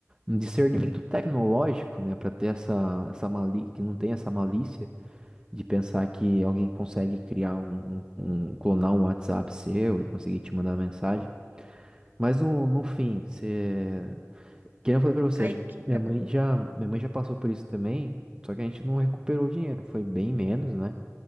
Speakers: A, on the right; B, on the right.
A: um discernimento tecnológico, né, para ter essa, essa mali que não tem essa malícia de pensar que alguém consegue criar um, um, um- clonar um WhatsApp seu e conseguir te mandar mensagem. Mas no, no fim, você, que nem eu falei para você,
B: Aí
A: acho que
B: que,
A: minha
B: que aco-
A: mãe já, minha mãe já passou por isso também, só que a gente não recuperou o dinheiro, foi bem menos, né?